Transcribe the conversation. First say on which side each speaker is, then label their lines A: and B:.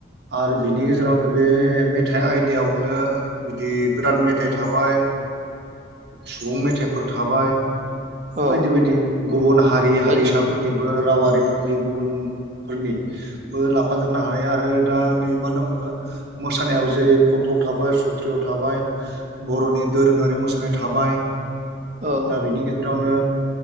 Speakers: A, on the right; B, on the right.
A: आरो बिनि गेजेरावनो बे मेथाइ आयदायावनो बिदि गोदान मेथाइ थाबाय सुबुं मेथाइफोर थाबाय
B: औ
A: बायदि बायदि गुबुन हारि
B: बायदि
A: हारिसाफोरनिबो
B: बायदि
A: रावारिफोरनि गुबुनफोरनि बो लाफाजोबनो हायो आरो दा नै मा दंङ मोसानायाबो जेरै कथ थाबाय सथ्रयाव थाबाय बर'नि दोरोंङारि मोसानाय थाबाय
B: औ
A: दा बिनि गेजेरावनो